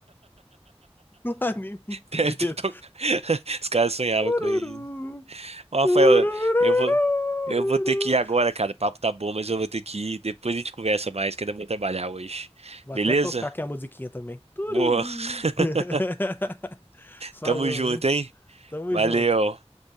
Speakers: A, on the left; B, on the right.
A: <laughs> no anime inteiro.
B: Deve ter tocado. <laughs> Os caras sonhavam
A: Tururu!
B: com isso. Ó,
A: Turururururu.
B: Rafael, eu vou, eu vou ter que ir agora, cara. O papo tá bom, mas eu vou ter que ir. Depois a gente conversa mais, que ainda vou trabalhar hoje.
A: Vou
B: Beleza?
A: até tocar aqui a musiquinha também. Tururu!
B: Boa. <laughs>
A: <laughs> Falou,
B: Tamo junto,
A: viu?
B: hein?
A: Tamo
B: Valeu.
A: junto.